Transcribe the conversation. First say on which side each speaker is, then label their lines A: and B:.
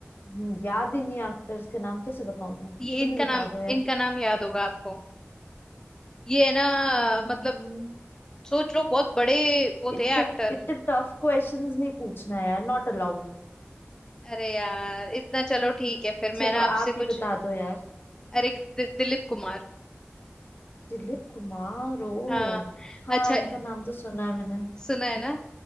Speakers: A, on the left (about 55°); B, on the left (about 15°).
A: हम्म, याद ही नहीं एक्टर्स के नाम कैसे बताऊं मैं
B: ये
A: तुम
B: इनका
A: ही बता
B: नाम
A: दो यार
B: इनका नाम याद होगा आपको ये है ना
A: हम्म
B: मतलब सोच लो बहुत बड़े वो
A: इतने
B: थे एक्टर
A: इतने टफ क्वेश्चंस नहीं पूछना यार नॉट अलाउड
B: अरे यार इतना चलो ठीक है फिर
A: चलो
B: मैं ना आपसे
A: आप
B: कुछ
A: ही बता दो यार
B: अरे दि, दिलीप कुमार
A: दिलीप कुमार ओ
B: हाँ
A: हाँ
B: अच्छा
A: इनका नाम तो सुना है मैंने
B: सुना है ना